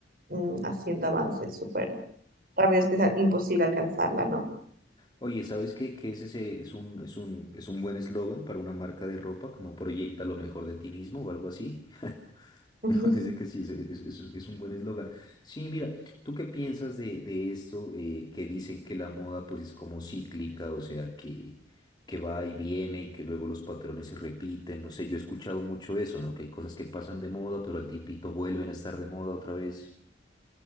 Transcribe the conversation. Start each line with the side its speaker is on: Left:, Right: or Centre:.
Right: mm, haciendo avances súper rápidos que es imposible alcanzarla, ¿no?
Left: Oye, ¿sabes qué? Que es ese es un, es un, es un buen eslogan para una marca de ropa, como proyecta lo mejor de ti mismo o algo así. <laughs>
Right: <laughs>
Left: <laughs> Me parece que sí, es, es- es- es un buen eslogan. Sí, mira, ¿tú qué piensas de, de esto eh, que dicen que la moda pues es como cíclica, o sea, que, que va y viene y que luego los patrones se repiten? No sé, yo he escuchado mucho eso, ¿no? Que hay cosas que pasan de moda, pero al tiempito vuelven a estar de moda otra vez.